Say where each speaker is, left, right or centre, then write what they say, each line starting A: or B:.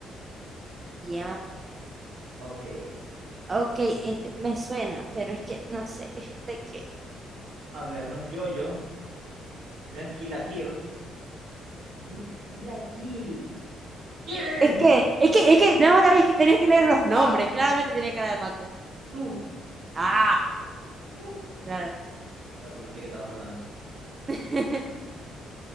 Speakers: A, on the right; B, on the right.
A: ya.
B: Ok.
A: Ok, este me suena, pero es que no sé, <laughs> este que...
B: A ver, no es Jojo. No es Kill la Kill. Sí es Kill la Kill. ¡Yeah!
A: Es que, es que, es que, nada más había que- tenías que leer los nombres.
B: ¡Ah!
A: Claramente tenía cara de Maco.
B: ¡Tú!
A: Ah,
B: Uh.
A: claro.
B: Aproveché que estabas hablando.
A: <laughs>